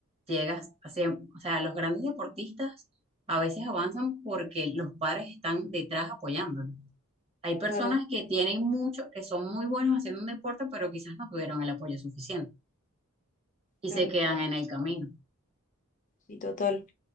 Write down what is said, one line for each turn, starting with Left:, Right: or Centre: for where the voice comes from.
Right: Llegas a ser- o sea, los grandes deportistas a veces avanzan porque los padres están detrás apoyándolo. Hay personas
Left: Claro,
Right: que tienen mucho, que son muy buenos haciendo un deporte, pero quizás no tuvieron el apoyo suficiente. y
Left: claro,
Right: se quedan en el camino.
Left: sí, total.